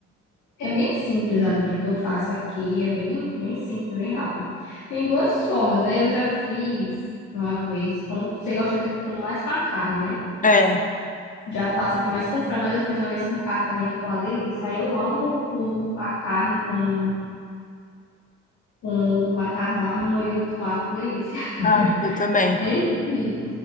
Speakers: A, on the left (about 70°); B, on the left (about 25°).
A: é bem simples, amiga, que eu faço aqui, é bem, bem simples, bem rápido. Tem duas formas, né? Eu já fiz uma vez com, você gosta de, com, mais com a carne, né?
B: É.
A: Já faço aqui mais com frango, mas eu fiz uma vez com carne também, ficou uma delícia. Aí Eu amo o- a carne com, com macarrão e um molhinho de tomate, delícia.
B: Ai, eu também.
A: <laughs> Enfim.